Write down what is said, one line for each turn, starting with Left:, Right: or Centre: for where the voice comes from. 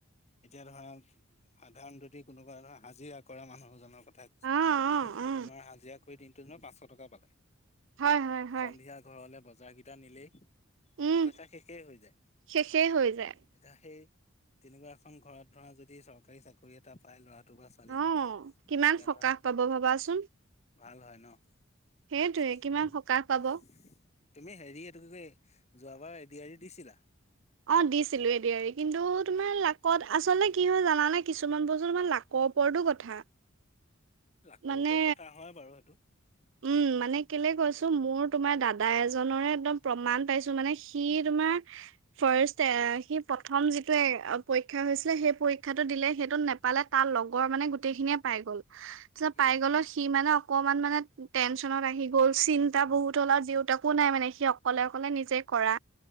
Left: এতিয়া ধৰা সাধাৰণ যদি কোনোবা ধৰা আজিৰা কৰা মানুহজনৰ কথা কৈছো
Right: অ অ অ
Left: তোমাৰ হাজিৰা কৰি দিনটো দিনৰত পাঁচশ টকা পালা।
Right: হয় হয় হয়
Left: সন্ধিয়া ঘৰলে বজাৰ কেইটা নিলেই
Right: উম
Left: পইচা শেষেই হৈ যায়
Right: শেষেই হৈ যায়
Left: এতিয়া, সেই তেনেকুৱা এ খন ঘৰত ধৰা যদি চৰকাৰী চাকৰি এটা পাই ল'ৰাটো ছোৱালীজনীয়ে
Right: অ কিমান
Left: তেতিয়া
Right: সকাহ
Left: ধৰা
Right: পাব ভাবাচোন
Left: ভাল হয় ন
Right: সেইটোৱে
Left: <unintelligible>
Right: কিমান সকাহ পাব অ
Left: তুমি হেৰি এইটো কি যোৱাবাৰ এডিয়াৰি এৰি দিছিলা।
Right: অ দিছিলোঁ এডিয়াৰি কিন্তু তোমাৰ লাকত আচলতে কি হয় জান মানে কিছুমান বস্তু তোমাৰ লাকৰ ওপৰৰতটো কথা,
Left: লাকৰ
Right: মানে
Left: ওপৰত কথা হয় বাৰু সেইটো।
Right: উম মানে কেলে কৈছো মোৰ তোমাৰ দাদা এজৰে একদম প্ৰমাণ পাইছোঁ মানে সি তোমাৰ ফাৰ্ষ্ট এ সি প্ৰথম যেতিয়া পৰীক্ষা হৈছিলে সেই পৰীক্ষাটো দিলে সেইটো নেপালে তাৰ লগৰ মানে গোটেই খিনিয়ে পাই গ'ল।
Left: উম
Right: পাই
Left: উম।
Right: গ'লত সি মানে অকমান মানে টেনচনত আহি গ'ল চিন্তা
Left: উম
Right: বহুত
Left: হম
Right: হ'ল আৰু দেউতাকো নাই মানে সি অকলে অকলে নিজে কৰা